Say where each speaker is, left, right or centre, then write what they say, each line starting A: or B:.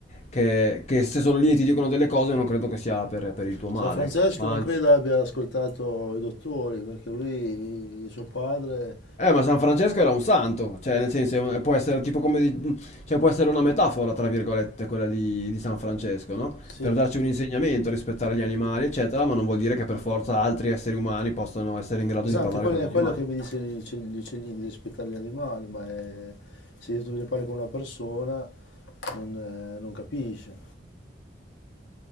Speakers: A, on the left; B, on the left.
A: Che, che se sono lì e ti dicono delle cose, non credo che sia per, per il tuo male,
B: San Francesco
A: ecco. Ma
B: non
A: anzi.
B: credo abbia ascoltato i dottori perché lui, suo padre,
A: Eh, ma San Francesco era un santo, cioè nel senso eh, può essere tipo come di- cioè, può essere una metafora, tra virgolette, quella di, di San Francesco, no?
B: sì,
A: Per darci un insegnamento, rispettare gli animali, eccetera, ma non vuol dire che per forza altri esseri umani possano essere in grado
B: Esatto,
A: di parlare
B: quello
A: con
B: è
A: gli animali.
B: quello che mi dice gli uccelli- gli uccellini di rispettare gli animali, ma è- se io tu ne parli con una persona non, eh, non capisce,